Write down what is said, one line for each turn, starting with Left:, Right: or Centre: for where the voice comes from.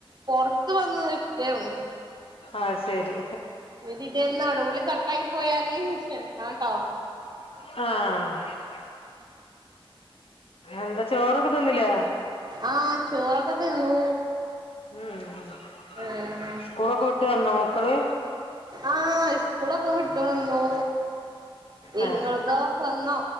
Right: പൊർത്ത് വന്ന് നിക്കാണ്
Left: ആഹ് ശരി
Right: <unintelligible> നടൂല് കട്ടായി പോയാല് ക്ഷമിക്കണട്ടോ
Left: ആഹ് എന്താ ചോറൊക്കെ തിന്നില്ലേ
Right: ആഹ് ചോറൊക്കെ തിന്നൂ
Left: ഉം
Right: ആഹ്
Left: സ്കൂളൊക്കെ വിട്ട് വന്നോ മക്കള്
Right: ആഹ് സ്കൂളൊക്കെ വിട്ട് വന്നു
Left: ആ
Right: ഇങ്ങളതോ വന്നോ